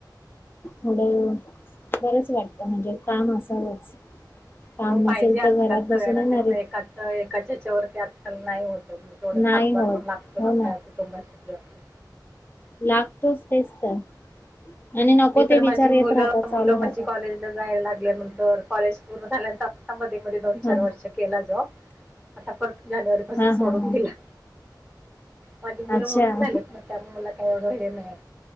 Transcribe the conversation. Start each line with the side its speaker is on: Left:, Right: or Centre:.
Left: मुलं बरंच वाटत म्हणजे. काम असावंच काम
Centre: हो,
Left: नसेल
Centre: पाहिजे आजकालच
Left: तर घरात
Centre: सगळ्यांना
Left: बसून येणार
Centre: तेच एकाच एकाचिच तेवढं त्यात पण नाही होत, मग तेवढं
Left: नाही
Centre: हातबार
Left: होत
Centre: पण लागतो
Left: हो
Centre: ना, हया कुटुंबासाठी आपल्या
Left: लागतोच तेच तर आणि नको
Centre: मी तर
Left: ते विचार
Centre: माझी
Left: येत
Centre: मुलं,
Left: राहतात चालू
Centre: मुलं
Left: राहतात
Centre: माझी कॉलेजला जायला लाग ल्यानंतर कॉलेज पूर्ण झाल्यानंतर आता मध्ये, मध्ये दोन
Left: हा
Centre: चार वर्ष केला जॉब, आता परत. जानेवारी पासून
Left: हा
Centre: सोडून
Left: हा हा
Centre: दिला. माझी मुलं
Left: अच्छा
Centre: मोठी झालेत ना, मग त्यामुळे मला काही एवढं हे नाही,